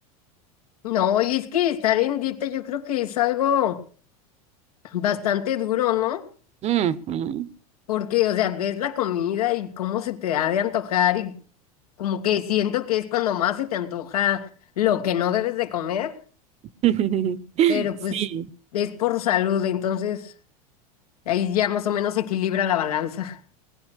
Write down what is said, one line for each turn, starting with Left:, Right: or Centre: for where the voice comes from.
Left: No, y es que estar en dieta yo creo que es algo bastante duro, ¿no?
Right: Ujú.
Left: Porque, o sea, ves la comida y cómo se te ha de antojar y como que siento que es cuando más se te antoja lo que no debes de comer.
Right: <laughs>
Left: pero pues
Right: Sí.
Left: es por salud, entonces ahí ya más o menos se equilibra la balanza.